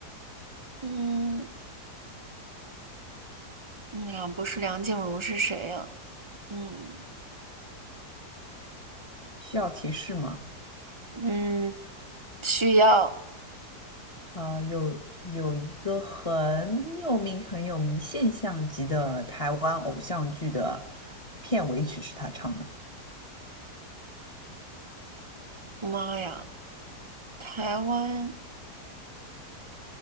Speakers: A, on the right; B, on the left.
A: 嗯，那不是梁静茹是谁呀、嗯
B: 需要提示吗？
A: 嗯，需要。
B: 呃，有有一个很有名、很有名现象级的台湾偶像剧的片尾曲是他唱的。
A: 妈呀，台湾，